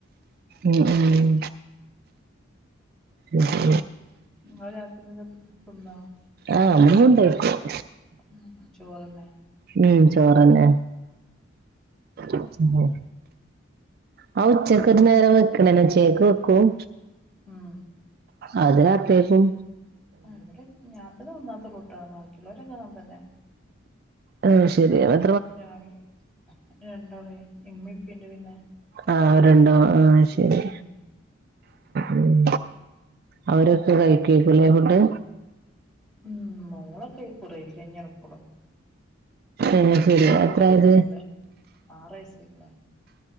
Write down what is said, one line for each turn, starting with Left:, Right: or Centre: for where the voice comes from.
Right: ഉം ഉം ഉം
Centre: ഇങ്ങള് രാത്രി ന്നട്ട് തിന്നാ
Right: ആഹ് നമ്മള് ഫുഡ്ഡ് കയിക്കും
Centre: ഉം ഹും ചോറെന്നെ
Right: ഉം ചോറെന്നെ ഉം ഉം അഹ് ഉച്ചക്കൊരു നേരം വെക്ക്‌ണന്നേണ് ഉച്ചക്കെക്ക്‌ വെക്കും
Centre: ഉം
Right: അതെന്നെ അത്യാവശ്യം
Centre: ആഹ് ഇവിടെ, ഞാൻ തന്നെ തിന്നാത്തൊള്ളൂട്ടോ ബാക്കി ഇള്ളോരൊക്കെ അങ്ങൻതന്നെ.
Right: അയ് ശെരി അഹ്
Centre: രാവിലെ രണ്ടാള്. ഇമ്മി ഇപ്പിണ്ട് പിന്നെ.
Right: ആഹ് അവര്ണ്ടോ ആഹ് ശെരി
Centre: ഉം
Right: ഉം ഉം അവരൊക്കെ കഴിക്കേയ്ക്കുല്ലേ ഫുഡ്
Centre: ഉം മോളൊക്കെ ഈ കുറൈരി കഞ്ഞിയാണ് ഇപ്പളും
Right: ഏ അയ് ശെരി
Centre: ചോറൊന്നും
Right: എത്രെ ആയത്
Centre: തിന്നൂല ആറ് വയസ്സ് അയ്ക്ക്‌ണ്